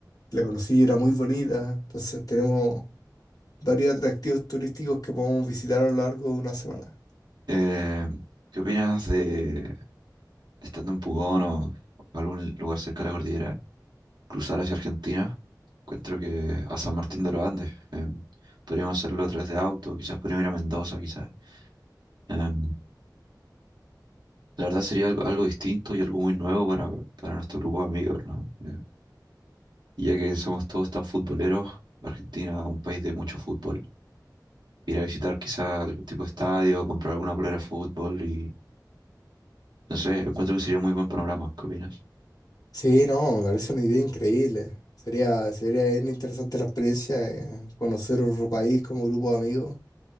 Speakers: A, on the left; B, on the right.
A: la conocí y era muy bonita. Entonces tenemos varios atractivos turísticos que podemos visitar a lo largo de una semana.
B: Eh, ¿qué opinas de, estando en Pucón o, o algún lugar cerca de la cordillera, cruzar hacia Argentina? Encuentro que a San Martín de los Andes. eh, podríamos hacerlo a través de auto, quizás podríamos ir a Mendoza, quizás. Eh, la verdad sería algo, algo distinto y algo muy nuevo para, para nuestro grupo de amigos, ¿no? Eh, Y ya que somos todos tan futboleros, Argentina, un país de mucho fútbol, ir a visitar quizá algún tipo de estadio, comprar alguna polera de fútbol y no sé, encuentro que sería muy buen panorama. ¿Qué opinas?
A: Sí, no, me parece una idea increíble. Sería, sería bien interesante la experiencia, eh, conocer otro país como grupo de amigos,